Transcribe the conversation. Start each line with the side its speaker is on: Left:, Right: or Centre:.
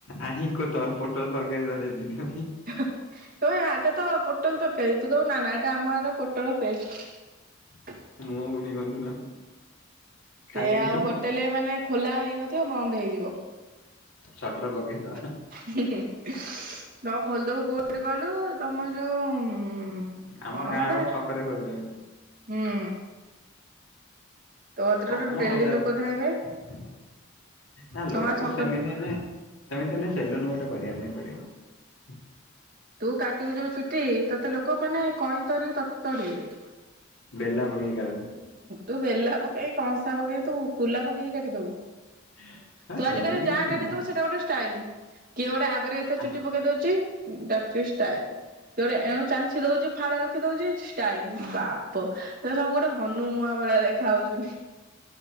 Left: ଆହି କତ ପୋଟଳ ତରକାରୀ ଧରେଇ ଦେଇଥାନ୍ତୁ।
Right: ତମେ ଭା ଏଇଟା ତ ପୁଟଳ ତରକାରୀ ତୁ କଇବୁ ନା ନା ଏଇଟା ଆମଆଡ଼େ ପୋଟଳ ଫେଷ୍ଟ।
Left: <unintelligible> ଖାଇବାକୁ
Right: ସେ ଆଉ ହୋଟେଲ୍ ମାନେ ଖୋଲା ହେଇନଥିବ ବନ୍ଦ ହେଇଯିବ।
Left: ସଟର୍ ପକେଇଦବା।
Right: ହୁ ହୁ ନ ଖୋଲଦଉ କ କୋଉଠି କହିଲୁ ତମ ଯୋଉ ଉ
Left: ଆମ
Right: କଣମ
Left: ଗାଁ
Right: ଏଟା
Left: ଗୋଟେ ଛକରେ ଖୋଲିଦେବି।
Right: ହୁଁ। ତୋ କତିରେ
Left: ଛକନା
Right: ତ ଡେଲି
Left: ବଜାର
Right: ଲୋକ ଧାଇଁବେ
Left: ନା
Right: ତମ
Left: ଲୋକ
Right: ଗାଁ ଛକରେ
Left: ସେମିତି ନେ ସେମିହେଲେ ସେଲୁନ ଗୋଟେ କରିବା ପାଇଁ ପଡ଼ିବ।
Right: ତୁ କାଟିବୁ ଯୋଉ ଚୁଟି ତତେ ଲୋକ ମାନେ କଇଁଚି ଧରିକି ତତେ ତଡ଼ିବେ।
Left: ବେଲା ପକେଇକି କା
Right: ତୁ ବେଲା ପକେଇକି କଂସା ପକେଇକି ତୁ କୁଲା ପକେଇକି କାଟିଦବୁ।
Left: <inaudible>
Right: ତୁ ଆଜିକାଲି
Left: ସେମିତି
Right: ଯାହା
Left: କିଛି ନାହିଁ
Right: କାଟିଦବୁ
Left: ଯେ।
Right: ସେଇଟା ଗୋଟେ ଷ୍ଟାଇଲ କିଏ ଗୋଟେ ଆଗରେ ଏତେ
Left: ଆ,
Right: ଚୁଟି ପକେଇ ଦଉଚି ଡା ଷ୍ଟାଇଲ କିଏ ଗୋଟେ ଏଣୁ ଚାନ୍ଛିଦଉଚି ଫାଳେ ର ଖି ଦଉଚି ଷ୍ଟାଇଲ ବାପ ସେ ସବୁ ଗୋଟେ ହନୁମୁହା ଭଳିଆ ଦେଖା ହଉଚନ୍ତି।